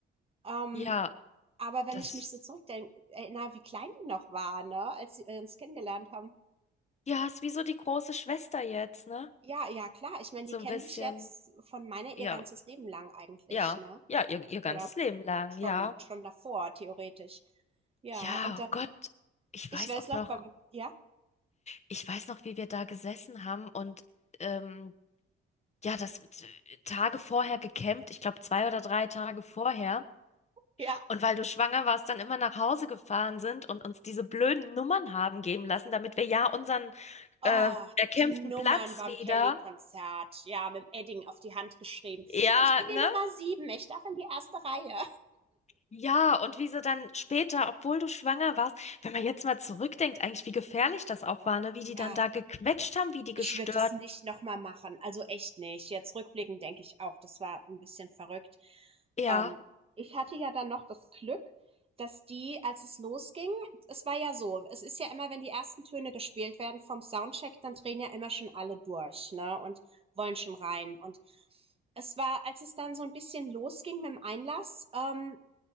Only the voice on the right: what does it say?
Ähm,
aber wenn
ich mich so zurückdenke, erinnere, wie klein die noch war, ne, als sie uns kennengelernt haben.
Ja, ja, klar. Ich meine,
die kennen
sich jetzt von meiner
ihr ganzes Leben lang eigentlich,
ne?
Oder
schon,
schon davor, theoretisch. Ja,
und dann,
ich
weiß
noch
beim, ja,
ja,
oh,
die Nummern
beim
Kelly-Konzert, ja, mit dem Edding auf die Hand geschrieben.
Ich bin
die Nummer sieben, ich darf in die erste Reihe.
Ja,
ich würde das nicht noch mal machen, also echt nicht. Jetzt rückblickend denke ich auch, das war ein bisschen verrückt.
Ähm, ich hatte ja dann noch das Glück, dass die, als es losging es war ja so, es ist ja immer, wenn die ersten Töne gespielt werden vom Soundcheck, dann drehen ja immer schon alle durch, ne, und wollen schon rein. Und es war als es dann so ein bisschen losging mit dem Einlass, ähm,